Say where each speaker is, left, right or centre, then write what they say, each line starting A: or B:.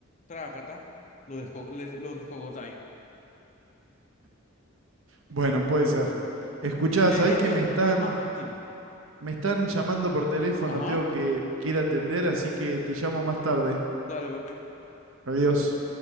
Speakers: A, on the left (about 35°); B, on the right (about 70°).
A: trácata, lo, desco le- lo descogotáis.
B: Bueno, puede ser. Escuchá,
A: Eh,
B: sabés
A: eh,
B: que me
A: eh,
B: están,
A: es más factible.
B: me están llamando por teléfono,
A: Ajá,
B: tengo que, que ir a atender, así que te llamo más tarde.
A: dale, papi.
B: Adiós.